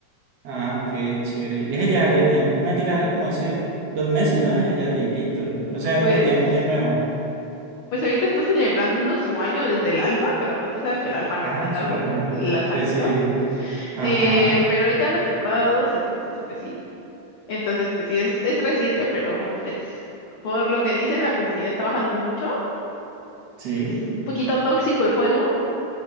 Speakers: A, on the right; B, on the left.
A: Ah, ok, chévere. Y ese ya salió de tiempo. No, mentira, salió como hace dos meses, ¿no? Ese ya tiempito. O sea,
B: pues,
A: es relativamente nuevo.
B: pues ahorita está celebrando su año desde el alfa, pero pues tú sabes que el alfa no
A: Ah,
B: cuenta
A: sueño.
B: como lanzamiento.
A: Pues sí, ver- Ajá,
B: Eh, pero ahorita en la temporada 2 entonces pues sí. Entonces pues sí, es, es reciente, pero pues por lo que dicen, la comunidad está bajando mucho,
A: sí,
B: porque es un poquito tóxico el juego.